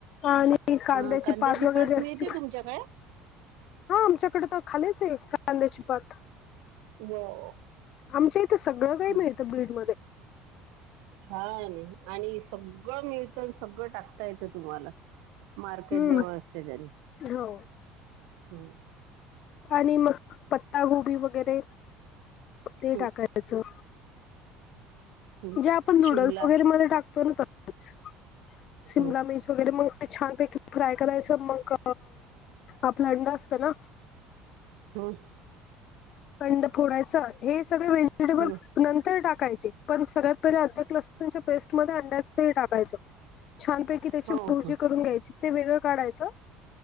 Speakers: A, on the left; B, on the right.
A: आणि कांद्याची
B: अ,
A: पात वगैरे असती.
B: मिळते तुमच्याकडे
A: हा आमच्याकडे तर खालीच आहे कांद्याची पात.
B: <unintelligible>
A: आमच्या इथं सगळं काही
B: हम्म,
A: मिळतं बीड म
B: छान आणि सगळं मिळत सगळं टाकता येतं तुम्हाला. मार्केट
A: हम्म
B: जवळ असल्या जनी
A: हो.
B: हम्म.
A: आणि मग पत्ता गोबी वगैरे ते
B: हम्म,
A: टाकायचं.
B: हम्म,
A: जे आपण नूडल्स
B: शिमला
A: वगैरेमध्ये टाकतो ना तसच. शिमला
B: हम्म,
A: मिर्च वगैरे मग ते छानपैकी फ्राय करायचं मग आपला अंड असतं ना
B: हम्म.
A: अंड फोडायचं हे सगळ व्हेजिटेबल
B: हम्म,
A: नंतर टाकायचे. पण सगळ्यात पहिले अधिक लसूणच्या पेस्टमध्ये अंड्याच <inaudible> टाकायचं. छानपैकी त्याची
B: हो
A: भुर्जी
B: का
A: करून घ्यायची ते वेगळं काढायचं